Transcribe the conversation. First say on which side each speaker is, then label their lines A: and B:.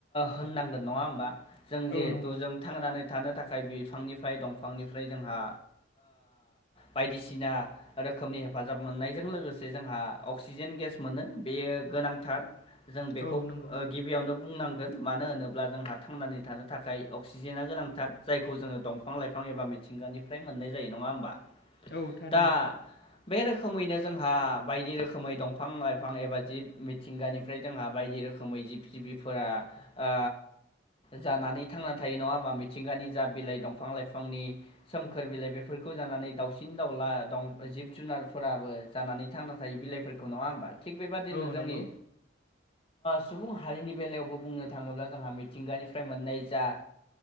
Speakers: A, on the left (about 30°); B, on the left (about 55°).
A: होननांगोन नङा होमबा जों जिहेथु
B: औ नंगौ
A: जों थांनानै थानो थाखाय बिफांनिफ्राय दंफांनिफ्राय जोंहा बायदिसिना रोखोमनि हेफाजाब मोननायजों लोगोसे जोंहा अक्सिजेन गेस मोनो बेयो गोनांथार जों बेखौ
B: औ नंगौ
A: गिबियावनो बुंनांगोन मानो होनोब्ला ब्ला जोंहा थांनानै थानो थाखाय अक्सिजेना गोनांथार जायखौ जोङो दंफां लाइफां एबा मिथिंगानिफ्राय मोनो। मोननाय जायो नङा होमबा
B: औ थारैनो।
A: दा बे रोखोमैनो जोंहा बायदि रोखोमै दंफां लाइफां एबा जिब मिथिंगानिफ्राय जोंहा बायदि रोखोमै जिब जिबिफोरा ओ जानानै थांना थायो नङा होमबा मिथिंगानि जा बिलाइ दंफां लाइफांनि सोमखोर बिलाइ बेफोरखौ जानानै दाउसिन दाउला द जिब जुनारफोराबो जानानै थांना थायो बिलाइफोरखौ नङा होमबा थिग बेबादिनो
B: औ
A: जोंनि
B: नंगौ
A: सुबुं हारिनि बेलायावबो बुंनो थाङोब्ला जोंहा मिथिंगानिफ्राय मोननाय जा